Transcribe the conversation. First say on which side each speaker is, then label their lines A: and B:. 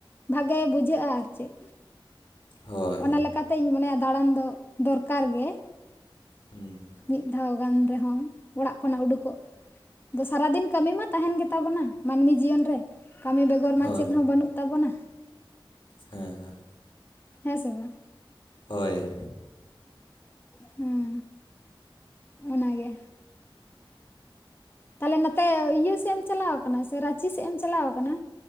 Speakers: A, on the left; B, on the left.
A: ᱵᱷᱟᱜᱮ ᱵᱩᱡᱷᱟᱹᱜᱼᱟ ᱟᱨ ᱪᱮᱫ
B: ᱦᱳᱭ
A: ᱚᱱᱟ ᱞᱮᱠᱟ ᱛᱤᱧ ᱢᱚᱱᱮᱭᱟ ᱫᱟᱬᱟᱱ ᱫᱚ ᱫᱚᱨᱠᱟᱨ ᱜᱮ
B: ᱦᱩᱸ <unintelligible>
A: ᱢᱤᱫ ᱫᱷᱟᱣ ᱜᱟᱱ ᱨᱮᱦᱚᱸ ᱚᱲᱟᱜ ᱠᱷᱚᱱᱟᱜ ᱩᱰᱩᱠᱚᱜ ᱥᱟᱨᱟᱫᱤᱱ ᱠᱟᱹᱢᱤ ᱢᱟ ᱛᱟᱦᱮᱱ ᱜᱮ ᱛᱟᱵᱚᱱᱟ ᱢᱟᱹᱱᱢᱤ ᱡᱤᱭᱚᱱ ᱨᱮ ᱠᱟᱹᱢᱤ ᱵᱮᱜᱚᱨ ᱢᱟ
B: ᱦᱳᱭ
A: ᱪᱮᱫ ᱦᱚᱸ ᱵᱟᱹᱱᱩᱜ ᱛᱟᱵᱚᱱᱟ
B: ᱦᱮᱸ ᱦᱮᱸ
A: ᱦᱮᱸ ᱥᱮ ᱵᱟᱝ
B: ᱦᱚᱭ
A: ᱦᱩᱸ ᱚᱱᱟᱜᱮ ᱛᱟᱦᱚᱞᱮ ᱱᱚᱛᱮ ᱤᱭᱟᱹ ᱥᱮᱫ ᱮᱢ ᱪᱟᱞᱟᱣ ᱟᱠᱟᱱᱟ ᱥᱮ ᱨᱟᱸᱪᱤ ᱥᱮᱫ ᱮᱢ ᱪᱟᱞᱟᱣ ᱟᱠᱟᱱᱟ